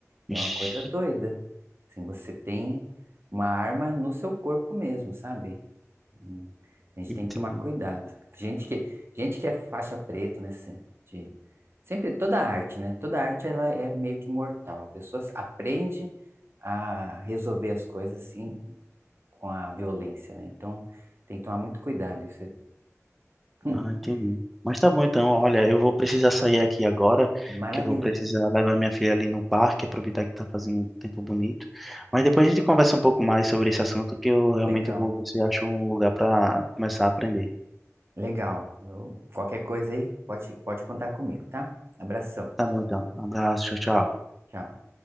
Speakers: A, on the right; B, in the centre.
A: É
B: Ixi,
A: uma coisa doida. Assim, você tem uma arma no seu corpo mesmo, sabe? Hum, A gente
B: entendi.
A: tem que tomar cuidado. Gente que, gente que é faixa preta, né? se- De, sempre, toda arte, né? Toda arte, ela é meio que mortal. A pessoa se- aprende a resolver as coisas, assim, com a violência, né? Então, tem que tomar muito cuidado. Isso é... <laughs>
B: Ah, entendi. Mas tá bom então, olha, eu vou precisar sair aqui agora,
A: Maravilha.
B: que eu vou precisar levar minha filha ali no parque, aproveitar que tá fazendo um tempo bonito. Mas depois a gente conversa um pouco mais sobre esse assunto, que eu realmente
A: Legal.
B: vou ver se eu acho um lugar para começar a aprender.
A: Legal. Eu- qualquer coisa aí, pode, pode contar comigo, tá? Abração.
B: Tá bom então. Um abraço, tchau, tchau.
A: Tchau.